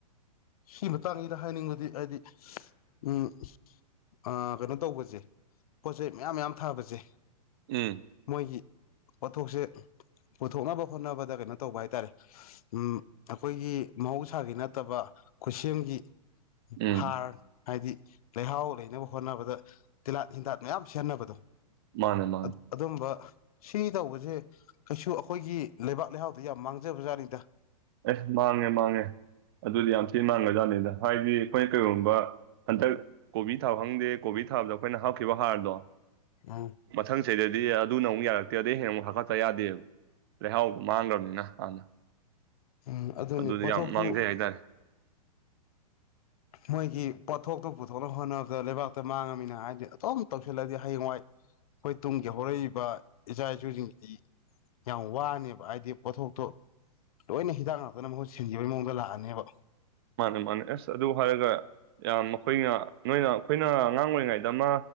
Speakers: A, on the left (about 65°); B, on the right (about 40°).
A: ꯁꯤ ꯃꯇꯥꯡꯁꯤꯗ ꯍꯥꯏꯅꯤꯡꯕꯗꯤ ꯍꯥꯏꯗꯤ ꯎꯝ ꯑ ꯀꯩꯅꯣ ꯇꯧꯕꯁꯦ ꯄꯣꯠꯆꯩ ꯃꯌꯥꯝ ꯃꯌꯥꯝ ꯊꯥꯕꯁꯦ
B: ꯎꯝ
A: ꯃꯣꯏꯒꯤ ꯄꯣꯠꯊꯣꯛꯁꯦ ꯄꯨꯊꯣꯛꯅꯕ ꯍꯣꯠꯅꯕꯗ ꯀꯩꯅꯣ ꯇꯧꯕ ꯍꯥꯏ ꯇꯥꯔꯦ ꯎꯝ ꯑꯩꯈꯣꯏꯒꯤ ꯃꯍꯧꯁꯥꯒꯤ ꯅꯠꯇꯕ ꯈꯨꯠꯁꯦꯝꯒꯤ
B: ꯎꯝ
A: ꯍꯥꯥꯔ ꯍꯥꯏꯗꯤ ꯂꯩꯍꯥꯎ ꯂꯩꯅꯕ ꯍꯣꯠꯅꯕꯗ ꯇꯤꯜꯍꯥꯠ ꯍꯤꯗꯥꯛ ꯃꯌꯥꯝ ꯁꯤꯖꯤꯟꯅꯕꯗꯣ
B: ꯃꯥꯅꯦ ꯃꯥꯅꯦ
A: ꯑ ꯑꯗꯨꯝꯕ ꯁꯤ ꯇꯧꯕꯁꯦ ꯀꯩꯁꯨ ꯑꯩꯈꯣꯏꯒꯤ ꯂꯩꯕꯥꯛ ꯂꯩꯍꯥꯎꯗ ꯌꯥꯝ ꯃꯥꯡꯖꯕꯖꯥꯠꯅꯤꯗ
B: ꯑꯦꯁ ꯃꯥꯡꯉꯦ ꯃꯥꯡꯉꯦ ꯑꯗꯨꯗꯤ ꯌꯥꯝ ꯊꯤꯅ ꯃꯥꯡꯒꯔ꯭ꯖꯥꯠꯅꯤꯗ ꯍꯥꯏꯗꯤ ꯑꯩꯈꯣꯏꯅ ꯀꯩꯒꯨꯝꯕ ꯍꯟꯗꯛ ꯀꯣꯕꯤ ꯊꯥꯕ ꯈꯪꯗꯦ ꯀꯣꯕꯤ ꯊꯥꯕꯗ ꯑꯩꯈꯣꯏꯅ ꯍꯥꯞꯈꯤꯕ ꯍꯥꯔꯗꯣ
A: ꯎꯝ
B: ꯃꯊꯪ ꯆꯍꯤꯗꯗꯤ ꯑꯗꯨꯅ ꯑꯃꯨꯛ ꯑꯃꯨꯛ ꯌꯥꯔꯛꯇꯦ ꯑꯗꯩ ꯍꯌꯦꯡ ꯑꯃꯨꯛ ꯍꯥꯞꯀꯠꯇ ꯌꯥꯗꯦꯕ ꯂꯩꯍꯥꯎ ꯃꯥꯡꯈ꯭ꯔꯕꯅꯤꯅ ꯍꯥꯟꯅ
A: ꯎꯝ ꯑꯗꯨꯅꯤ
B: ꯑꯗꯨꯗꯤ
A: ꯄꯣꯠꯊꯣꯛꯁꯨ
B: ꯌꯥꯝ ꯃꯥꯡꯖꯩ ꯍꯥꯏꯇꯥꯔꯦ
A: ꯃꯣꯏꯒꯤ ꯄꯣꯠꯊꯣꯛꯇꯣ ꯄꯨꯊꯣꯛꯅꯕ ꯍꯣꯠꯅꯕꯗ ꯂꯩꯕꯥꯛꯇ ꯃꯥꯡꯉꯕꯅꯤꯅ ꯍꯥꯏꯗꯤ ꯑꯗꯨꯝ ꯇꯧꯁꯤꯜꯂꯗꯤ ꯍꯌꯦꯡꯋꯥꯏ ꯑꯩꯈꯣꯏ ꯇꯨꯡꯒꯤ ꯍꯧꯔꯛꯏꯕ ꯏꯆꯥ ꯏꯁꯨꯁꯤꯡꯒꯤꯗꯤ ꯌꯥꯝ ꯋꯥꯅꯦꯕ ꯍꯥꯏꯕꯗꯤ ꯄꯣꯠꯊꯣꯛꯇꯣ ꯂꯣꯏꯅ ꯍꯤꯗꯥꯛ ꯉꯥꯛꯇꯅ ꯃꯍꯨꯠ ꯁꯤꯟꯒꯤꯕꯩ ꯃꯋꫭꯡꯗ ꯂꯥꯛꯑꯅꯦꯕ
B: ꯃꯥꯅꯦ ꯃꯥꯅꯦ ꯑꯁ ꯑꯗꯨ ꯍꯥꯏꯔꯒ ꯌꯥꯝ ꯑꯩꯈꯣꯏꯅ ꯅꯣꯏꯅ ꯑꯩꯈꯣꯏꯅ ꯑꯉꯥꯡ ꯑꯣꯏꯔꯤꯉꯩꯗ ꯑꯃ